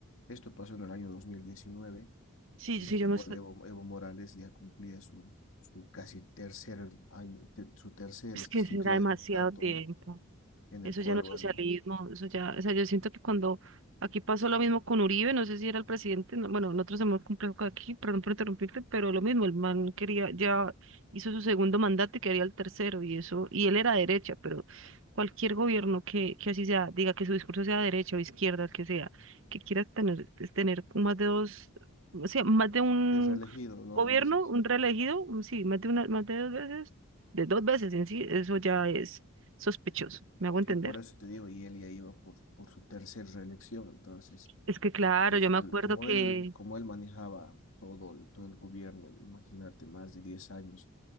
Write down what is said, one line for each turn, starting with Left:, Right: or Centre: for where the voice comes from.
Left: esto pasó en el año 2019,
Right: Sí,
Left: en
Right: sí,
Left: el
Right: yo
Left: cual
Right: me...
Left: Evo, Evo Morales ya cumplía su, su casi tercer año, te- su tercer
Right: Es
Left: este
Right: que
Left: ciclo
Right: será demasiado
Left: de mandato,
Right: tiempo.
Left: ¿no? en
Right: Eso
Left: el cual,
Right: ya no es
Left: bueno,
Right: socialismo. Eso ya, o sea, yo siento que cuando aquí pasó lo mismo con Uribe, no sé si era el presidente, no- bueno, nosotros somos complejo que aquí, perdón por interrumpirte, pero lo mismo, el man quería, ya hizo su segundo mandato y quería el tercero, y eso, y él era derecha, pero cualquier gobierno que, que así sea, diga que su discurso sea derecha o izquierda, que sea, que quiera tener, es tener más de dos, o sea, más de un
Left: es reelegido dos
Right: gobierno,
Left: veces.
Right: un reelegido, un- sí, más de una, más de dos veces, de dos veces en sí, eso ya es sospechoso, ¿me hago entender?
Left: Sí, por eso te digo, y él ya iba por, por su tercera reelección. Entonces,
Right: Es que claro,
Left: al,
Right: yo
Left: al,
Right: me acuerdo
Left: como
Right: que,
Left: él, como él manejaba todo, el- todo el gobierno, imagínate, más de 10 años